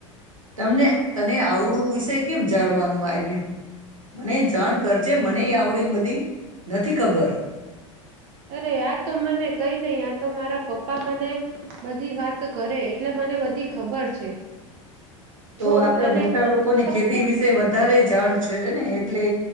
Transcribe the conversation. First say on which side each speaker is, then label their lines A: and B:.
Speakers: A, on the right (about 80°); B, on the right (about 45°).
A: તમને તને આવડું વિષ કેમ જાળવાનું આવી્યું. મને જાણ કરજે મ ની આવડી બધી નથી ખબર
B: અરે આ તો મને કઈ નહી આ તો મારા પપ્પા મને બધી વાત કરે એટલે મને બધી ખબર છે.
A: તો
B: છો
A: આપડે
B: અને
A: મોટા લોકોને
B: ખબર
A: ખેતી
B: છે?
A: વિશે વધારે જાણ છે ને એટલે